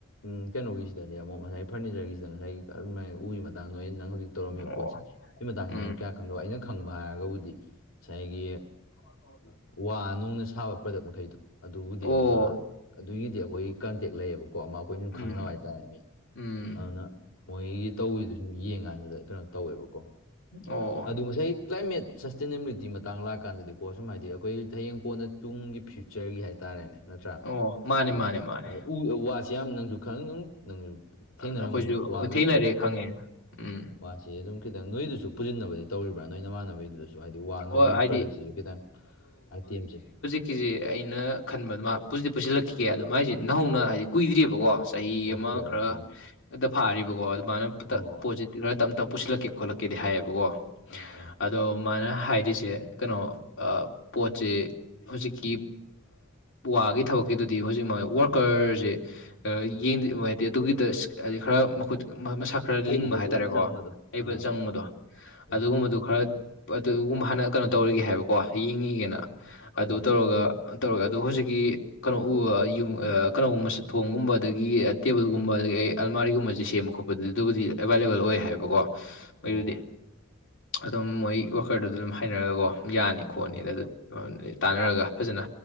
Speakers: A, on the left (about 85°); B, on the left (about 65°).
A: ꯎꯝ ꯀꯩꯅꯣꯒꯤꯁꯤꯗꯗꯤ ꯑꯃꯨꯛ ꯉꯁꯥꯏ ꯐꯔꯅꯤꯆꯔꯒꯤꯁꯤꯗ ꯉꯁꯥꯏꯒꯤ ꯀꯔꯝꯥꯏꯅ ꯎꯒꯤ ꯃꯇꯥꯡꯗ ꯂꯣꯏ ꯅꯪ ꯍꯧꯖꯤꯛ ꯇꯧꯔꯝꯃꯤꯕ
B: ꯑꯣ
A: ꯄꯣꯠꯁꯦ ꯁꯤ ꯃꯇꯥꯡꯁꯤꯗ
B: ꯎꯝ
A: ꯑꯃꯨꯛ ꯀꯌꯥ ꯈꯪꯗꯕ ꯑꯩꯅ ꯈꯪꯕ ꯍꯥꯏꯔꯒꯕꯨꯗꯤ ꯉꯁꯥꯏꯒꯤ
B: ꯍ
A: ꯋꯥ ꯅꯨꯡꯅ ꯁꯥꯕ ꯄ꯭ꯔꯗꯛ ꯃꯈꯩꯗꯣ ꯑꯗꯨꯕꯨꯗꯤ
B: ꯑꯣ
A: ꯑꯃ ꯑꯗꯨꯒꯤꯗꯤ ꯑꯩꯈꯣꯏ ꯀꯟꯇꯦꯛ ꯂꯩꯌꯦꯕꯀꯣ ꯑꯃ ꯑꯩꯈꯣꯏꯅꯝ
B: ꯎꯝ
A: ꯈꯪꯅꯕ ꯍꯥꯏꯇꯥꯔꯦꯅꯦ ꯃꯤ
B: ꯎꯝ
A: ꯑꯗꯨꯅ ꯃꯣꯏꯒꯤ ꯇꯧꯔꯤꯗꯨ ꯌꯦꯡ ꯀꯥꯟꯗ ꯀꯩꯅꯣ ꯇꯧꯋꯦꯕꯀꯣ
B: ꯑꯣ
A: ꯑꯗꯨ ꯉꯁꯥꯏ ꯀ꯭ꯂꯥꯏꯃꯦꯠ ꯁꯁꯇꯦꯅꯦꯕꯤꯂꯤꯇꯤ ꯃꯇꯥꯡ ꯂꯥꯛꯀꯥꯟꯗꯗꯤꯀꯣ ꯁꯨꯝ ꯍꯥꯏꯗꯤ ꯑꯩꯈꯣꯏ ꯍꯌꯦꯡ ꯀꯣꯟꯅ ꯇꯨꯡꯒꯤ ꯐ꯭ꯌꯨ ꯐꯤꯆꯔꯒꯤ ꯍꯥꯏꯇꯥꯔꯦꯅꯦ ꯅꯠꯇ꯭ꯔꯥ
B: ꯑꯣ ꯃꯥꯅꯦ
A: ꯑꯗꯨꯗ
B: ꯃꯥꯅꯦ ꯃꯥꯅꯦ
A: ꯎ ꯋꯥꯁꯦ ꯌꯥꯝ ꯅꯁꯨ ꯈꯪ ꯅꯪꯁꯨ ꯊꯦꯡꯅꯔꯝꯒꯅꯤ
B: ꯑꯗ ꯑꯩꯈꯣꯏꯁꯨ
A: ꯋꯥꯒꯤ
B: ꯊꯦꯡꯅꯔꯦ ꯈꯪꯉꯦ ꯎꯝ
A: ꯋꯥꯁꯤ ꯁꯤ ꯑꯗꯨꯝ ꯈꯤꯇꯪ ꯅꯣꯏꯗꯨꯁꯨ ꯄꯨꯁꯤꯟꯅꯕꯗꯤ ꯇꯧꯔꯤꯕ꯭ꯔꯥ ꯅꯣꯏ ꯅꯃꯥꯟꯅꯕꯒꯤꯗꯨꯗꯁꯨ ꯁꯨ ꯍꯥꯏꯗꯤ ꯋꯥ
B: ꯍꯣꯏ
A: ꯅꯨꯡꯒꯤ
B: ꯍꯥꯏꯗꯤ
A: ꯄ꯭ꯔꯗꯛꯁꯤꯁꯨ ꯈꯤꯇꯪ ꯑꯥꯏꯇꯦꯝꯁꯦ
B: ꯀꯤꯁꯦ ꯑꯩꯅ ꯈꯟꯕꯗ ꯃꯥ ꯄꯨꯗꯤ ꯄꯨꯁꯤꯜꯂꯛꯈꯤꯒꯦ ꯑꯗꯣ ꯃꯥꯏꯁꯦ ꯅꯍꯧꯅ ꯍꯥꯏꯗꯤ ꯀꯨꯏꯗ꯭ꯔꯤꯕꯀꯣ ꯆꯍꯤ
A: ꯑꯣꯀꯦ
B: ꯑꯃ
A: ꯑꯣꯀꯦ
B: ꯈꯔ ꯇ ꯐꯥꯔꯤꯕꯀꯣ ꯑꯗꯨꯃꯥꯏꯅ ꯈꯔ
A: ꯑꯣ
B: ꯇꯞ ꯇꯞ ꯄꯨꯁꯤꯜꯂꯛꯀꯦ ꯈꯣꯠꯂꯛꯀꯦꯗꯤ ꯍꯥꯏꯌꯦꯕꯀꯣ
A: ꯑꯥ ꯑꯥ
B: ꯑꯗꯣ ꯃꯥꯥꯏꯅ ꯍꯥꯏꯔꯤꯁꯦ ꯀꯩꯅꯣ ꯄꯣꯠꯁꯤ ꯍꯧꯖꯤꯛꯀꯤ ꯋꯥꯒꯤ ꯊꯕꯛꯀꯤꯗꯨꯗꯤ ꯍꯧꯖꯤꯛ ꯋꯥꯔꯀꯔꯁꯦ
A: ꯑꯥ ꯑꯥ
B: ꯌꯦꯡ ꯍꯥꯏꯗꯤ ꯑꯗꯨꯒꯤꯗ ꯍꯥꯏ ꯈꯔ ꯃꯈꯨꯠ ꯃꯁꯥ ꯈꯔ
A: ꯍꯩꯕꯗꯤ
B: ꯂꯤꯡꯕ ꯍꯥꯏꯇꯥꯔꯦꯀꯣ
A: ꯑꯃ ꯆꯪꯕꯗꯣ
B: ꯑꯩꯕ
A: ꯑꯥ
B: ꯆꯪꯕꯗꯣ
A: ꯎꯝ
B: ꯑꯗꯨꯒꯨꯝꯕꯗꯨ ꯈꯔ ꯑꯗꯨꯒꯨꯝꯕ ꯍꯥꯟꯅ ꯀꯩꯅꯣ ꯇꯧꯔꯤꯒꯦ ꯍꯥꯏꯕꯀꯣ ꯌꯦꯡꯉꯤꯒꯦꯅ ꯑꯗꯨ
A: ꯎꯝ
B: ꯇꯧꯔꯒ ꯇꯧꯔꯒꯦ ꯑꯗꯣ ꯍꯧꯖꯤꯛꯀꯤ ꯀꯩꯅꯣ ꯎ ꯀꯩꯅꯣꯒꯨꯝꯕ ꯊꯣꯡꯒꯨꯝꯕ ꯑꯗꯒꯤ ꯇꯦꯕꯜꯒꯨꯝꯕ ꯑꯗꯒꯤ ꯑꯩ ꯑꯜꯃꯥꯔꯤꯒꯨꯝꯕꯕꯁꯤꯦ ꯁꯦꯝꯕ ꯈꯣꯠꯄ ꯑꯗꯨꯕꯨꯗꯤ ꯑꯦꯕꯥꯏꯂꯦꯕꯜ ꯑꯣꯏ ꯍꯥꯏꯕꯀꯣ ꯃꯣꯏꯗꯨꯗꯤ
A: ꯑꯣ
B: ꯑꯗꯨꯝ ꯃꯣꯏ
A: ꯑꯣꯀꯦ
B: ꯀꯔꯗꯨꯗ ꯑꯗꯨꯝ ꯍꯥꯏꯅꯔꯒꯀꯣ ꯌꯥꯅꯤ ꯈꯣꯠꯅꯤ
A: ꯑꯥ
B: ꯑꯗ ꯑꯗꯨ
A: ꯑꯆꯥ
B: ꯇꯥꯟꯅꯔꯒ
A: ꯑꯆꯥ
B: ꯐꯖꯅ
A: ꯑꯥ